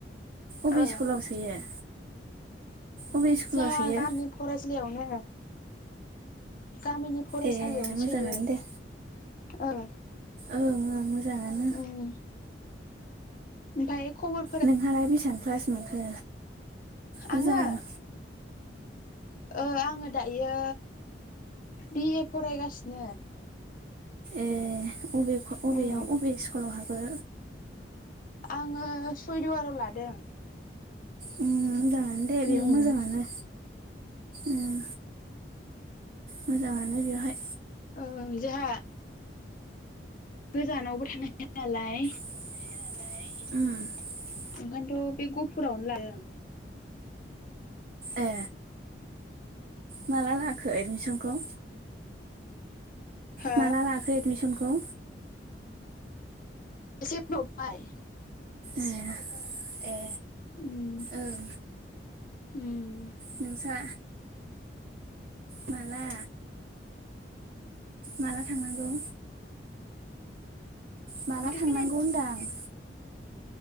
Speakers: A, on the right (about 50°); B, on the left (about 50°).
A: अबे
B: ओ
A: स्कुलाव सोयो? अबे स्कुलाव
B: जोंहा
A: सोयो
B: गामिनि फरायसालियावनो, गामिनि फरायसालियावनो
A: ए मोजाङानो
B: सोयो
A: दे
B: ओं
A: ओं ओं मोजाङानो
B: उम ओमफाय खबर
A: नोंहालाय बेसेबां क्लास मोनखो मोजां
B: आङो
A: आं
B: ओ आङो दायो बि ए फरायगासिनो
A: ए अबे क अबे
B: उम
A: आव अबे स्कुलाव हाबो
B: आङो सयदवाराव लादों
A: उम मोजाङानो दे बेयाव
B: उम
A: मोजाङानो ओं मोजाङानो बेवहाय
B: ओं जोंहा गोजानावबो थांनो हाया नालाय
A: हाया नालाय उम
B: ओंखायनोथ' बे गहफुरावनो लादों
A: ए माला लाखो एडमिसनखौ
B: हो
A: माला लाखो एडमिसनखौ
B: एसे बाव बाय
A: ए ए
B: उम
A: ओं
B: उम
A: नोंसा माला माला थांनांगौ माला
B: माथो
A: थांनांगौ
B: खोनादिया
A: होनदां